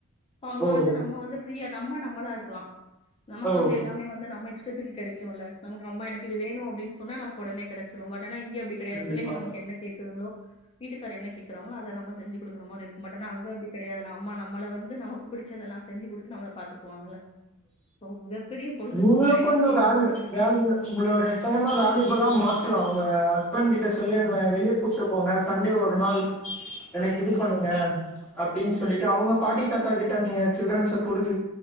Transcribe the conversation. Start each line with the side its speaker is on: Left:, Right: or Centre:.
Left: இப்ப அங்க
Centre: ஓ!
Left: வந்து நம்ம வந்து ஃப்ரீயா நம்ம நம்மளா இரு க்லா நமக்கு
Centre: ஓ!
Left: வந்து எல்லா மே வந்து நம்ம இஷ்டத்துக்கு கெடைக்கு இல்ல நமக்கு அம்மா எனக்கு இது வேணு அப்டின் சொன்னா நமக்கு ஒடனே கெடைச்சுரு பட் ஆனா இங்க அப்டி கெடையாது
Centre: கண்டிப்பா.
Left: பிள்ளைங்க நமக்கு என்ன கேக்குதுங்ளோ வீட்டுக்கார் என்ன கேக்குறாங்ளோ அத நம்ம செஞ்சு குடுக்குற மாரி இருக்கு பட் ஆனா அங்க அப்டி கெடையாதுல அம்மா நம்மள வந்து நமக்கு புடிச்ச தெல்லா செஞ்சு கொடுத்து நம்மள பாத்துக்குவாங்கல்ல சோ மிகப்பெரிய பொழுதுபோக்குனா
Centre: நீங்களோ கொஞ்சோ
Left: எனக்கு எங்க
Centre: வேல்யு
Left: அம்மா வீடு
Centre: வேல்யுவு உங்களோட டைம் வேலியுபலா மாத்தலா உங்க ஹஸ்பண்ட் கிட்ட
Left: கண்டிப்பா
Centre: சொல்லி அ வெளிய கூப்ட்டு போங்க சண்டே ஒரு நாள் எனக்கு
Left: கண்டிப்பா
Centre: இது பண்ணுங்க
Left: கண்டிப்
Centre: அப்டின் சொல்லிட்டு அவங்க பாட்டி தாத்தா கிட்ட நீங்க சில்டரன்ஸ குடுத்து